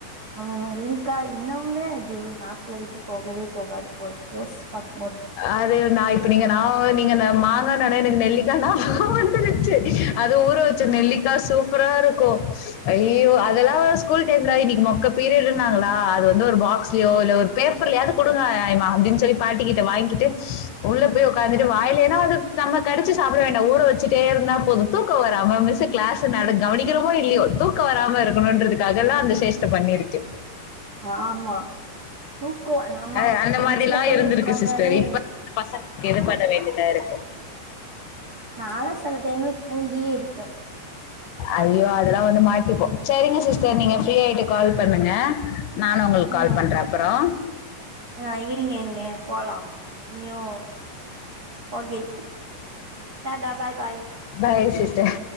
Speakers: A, on the right (about 85°); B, on the left (about 70°).
A: ம் நெல்லிக்காய் இன்னும்மே அது நாக்குல விட்டு போகவே போகாது போல யோசிச்சு பாக்கும் போது
B: அது நா இப்ப நீங்க நா நீங்க மாங்கானொனே எனக்கு நெல்லிக்கா ஞாபகோ வந்துருச்சு அது ஊற வச்சு நெல்லிக் சூப்பரா இருக்கு ஐயயோ அதெல்லா ஸ்கூல் டைம்ல இன்னைக்கு மொக்க பீரியட் ன்னாங்களா அது ஏதோ ஒரு பாக்ஸ்லயோ இல்ல ஒரு பேப்பர்லயாது குடுங்க ஆயமா அப்டின்னு சொல்லி பாட்டிக்கிட்ட வாங்கிட்டு உள்ள போய் உக்காந்துட்டு வாயிலே ஏன்னா வந்து நம்ம கடிச்சி சாப்ட வேண்டா ஊற வச்சுட்டே இருந்தா போது தூக்கோ வரமா மிஸ்சு கிளாசு நடக் கவனிக்கிறமோ இல்லியோ தூக்கோ வராம இருக்கணுன்றதுக்காலா அந்த சேஷ்ட பண்ணிருக்கு
A: அ ஆமா தூக்கோ நம்ம
B: அஹ் அந்த
A: பெஞ்சுல
B: மாதிரிலாம்
A: போய்
B: இருந்திருக்கு
A: உக்காந்தாலே
B: சிஸ்டர் இப்ப பசங்களுக்கு இது பண்ண வேண்டியதா இருக்கு
A: நாலா செல டைம்ல தூங்கியே இருக்கே
B: ஐயோ அதெல்லா வந்து மாட்டிப்போ செரிங்க சிஸ்டர் நீங்க ஃப்ரீயாட்டு கால் பண்ணுங்க நானு உங்களுக்கு
A: ம்
B: கால் பண்றே அப்றோ
A: ஆ இரிங்க இரிங்க போலா இங்யு okay Tata bye bye
B: bye sister